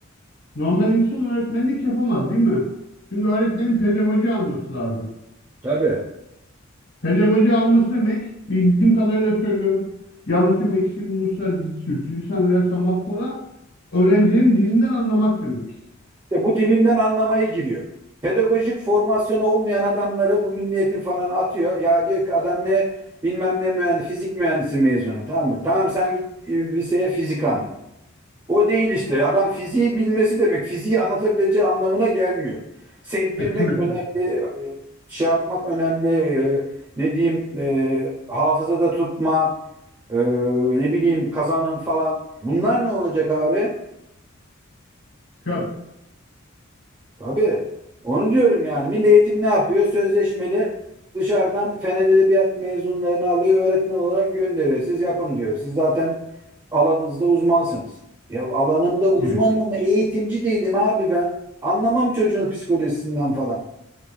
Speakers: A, on the left; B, on the right.
A: normal insan öğretmenlik yapamaz değil mi? Çünkü öğretmenin pedagoji alması lazım.
B: Tabii.
A: Pedagoji alması demek bildiğim kadarıyla söylüyorum. Yanlışım eksiğim olursa sürçülisan edersem mahvola. Öğrencilerin dilinden anlamak demek.
B: İşte bu dininden anlamaya giriyor. Pedagojik formasyonu olmayan adamları bu milliyetin falan atıyor. Ya diyor ki adam ne bilmem ne mühendis, fizik mühendisi mezunu tamam mı? Tamam sen git e, liseye fizik anlat. O değil işte. Adam fiziği bilmesi demek fiziği anlatabileceği anlamına gelmiyor. Sevdirmek
A: E, tabii
B: önemli,
A: ki.
B: e, şey yapmak önemli, e, ne diyeyim, e, hafızada tutma, Ee, ne bileyim kazanım falan. Bunlar ne olacak abi?
A: Çöp.
B: Tabii. Onu diyorum yani. Milli Eğitim ne yapıyor? Sözleşmeli dışarıdan Fen Edebiyat mezunlarını alıyor, öğretmen olarak gönderiyor. Siz yapın diyor. Siz zaten alanınızda uzmansınız. Ya alanımda uzmanım
A: Evet.
B: ama eğitimci değilim abi ben. Anlamam çocuğun psikolojisinden falan.